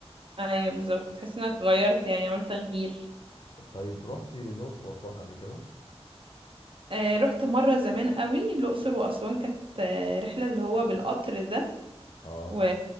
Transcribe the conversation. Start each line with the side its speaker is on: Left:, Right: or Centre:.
Right: ايوه بالظبط تحس انك غيرت يعني عملت تغيير
Left: طيب رحتي الاقصر واسوان قبل كده
Right: آه رحت مرة زمان قوي الأقصر وأسوان كانت آه، رحلة اللي هو بالقطر ده
Left: اه
Right: و